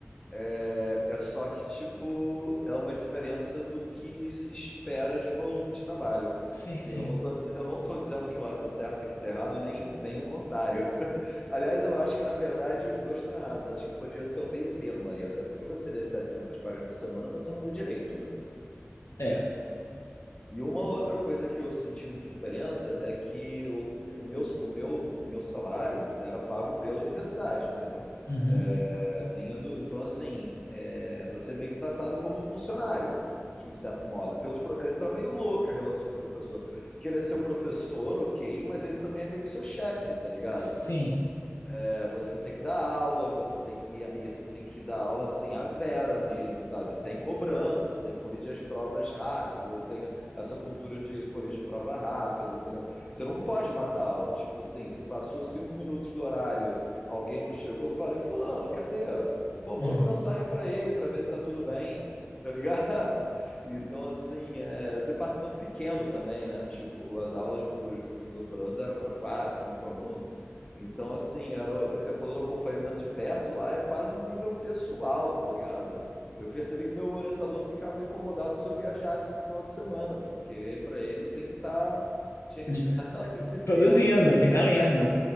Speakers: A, on the left (about 20°); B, on the left (about 75°).
A: É, é só que, tipo, é uma diferença do que se espera de volume de trabalho.
B: sim, sim.
A: E eu não tô, diz- eu não tô dizendo que lá tá certo, aqui tá errado, nem, nem o contrário. <laughs> Aliás, eu acho que, na verdade, os dois estão errados. Acho que podia ser o meio termo aí, até porque você lê 700 páginas por semana, você não lê direito, né?
B: É,
A: E uma outra coisa que eu senti muita diferença é que o o meu, o meu, meu salário era pago pela universidade, entendeu?
B: uhum,
A: É, vinha do. Então, assim, é, você é meio que tratado como funcionário, de um certo modo. Pelos, pro- é, então, é meio louca a relação com o professor. Que ele é seu professor, ok, mas ele também é meio que seu chefe, tá ligado?
B: sim,
A: É, você tem que dar aula, você tem que, e, e você tem que dar aula assim, a vera mesmo, sabe? Tem cobranças, tem que corrigir as provas rápido, tem essa cultura de corrigir prova rápido, entendeu? Você não pode matar a aula. Tipo assim, se passou cinco minutos do horário, alguém não chegou, eu falei, fulano, cadê? Pô, manda
B: uhum.
A: uma mensagem pra ele pra ver se tá tudo bem, tá ligado? <laughs> Então, assim, é, departamento pequeno também, né? Tipo, as aulas pros, pros doutorandos eram para quatro, cinco alunos. Então, assim, era o, o que você falou do acompanhamento de perto lá é quase um nível pessoal, tá ligado? Eu percebi que meu orientador ficava incomodado se eu viajasse final de semana, porque para ele tem que estar, tinha
B: De-
A: que estar <laughs> o tempo inteiro,
B: Produzindo, tem que estar lendo,